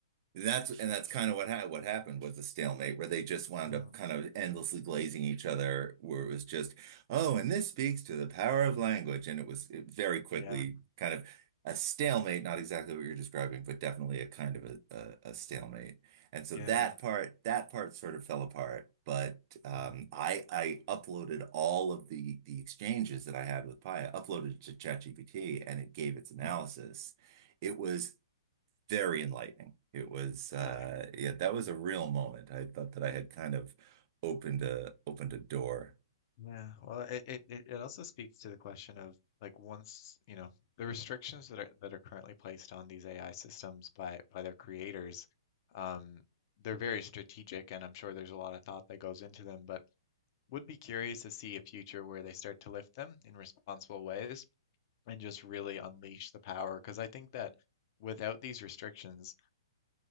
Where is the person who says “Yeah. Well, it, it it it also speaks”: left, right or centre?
Left